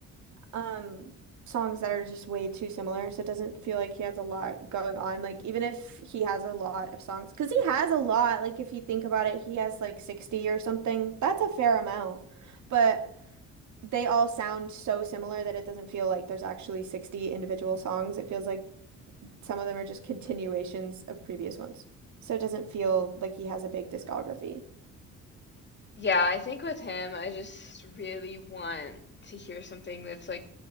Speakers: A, on the right; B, on the left.
A: um songs that are just way too similar, so it doesn't feel like he has a lot going on. Like even if he has a lot of songs, because he has a lot. Like if you think about it, he has like 60 or something. That's a fair amount. But they all sound so similar that it doesn't feel like there's actually 60 individual songs. It feels like some of them are just continuations of previous ones. So it doesn't feel like he has a big discography.
B: yeah, I think with him, I just really want to hear something that's like